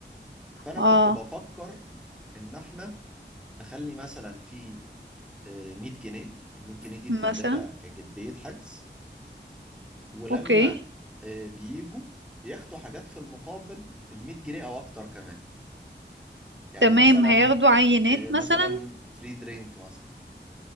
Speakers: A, in the centre; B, on the right (about 80°).
A: فأنا
B: اه
A: كنت بفكر إن احنا نخلي مثلا في آه، 100 جنيه ال 100 جنيه دي بتدفع
B: مثلا
A: كجدية حجز ولما
B: اوكي
A: آه، بيجوا بياخدوا حاجات في المقابل بال 100 جنيه او اكتر كمان يعني
B: تمام
A: مثلا
B: هياخدوا عينات
A: آه، مثلا
B: مثلا
A: فري درينك مثلا